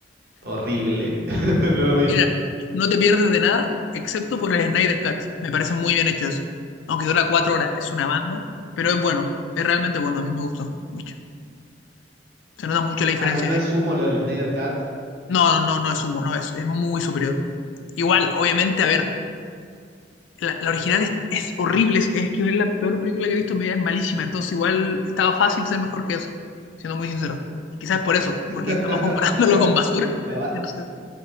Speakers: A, on the right; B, on the left.
A: horrible. <laughs> No lo vi.
B: Mira, no te pierdes de nada, excepto por el Snyder Cut. Me parece muy bien hecho eso. Aunque dura cuatro horas, es una banda, pero es bueno, es realmente bueno, a mí me gustó mucho. Se nota mucho la diferencia.
A: Ah, no, no
B: de-
A: es humo lo del Snyder Cut.
B: No, no, no, no es humo, no, es, es muy superior. Igual, obviamente, a ver, la, la original es, es horrible, es, es que es la peor película que he visto en mi vida, es malísima, entonces igual estaba fácil ser mejor que eso, siendo muy sincero. Quizás por eso,
A: <laughs>
B: porque estamos <laughs> comparándolo
A: Claro,
B: con basura,
A: La, va-
B: entonces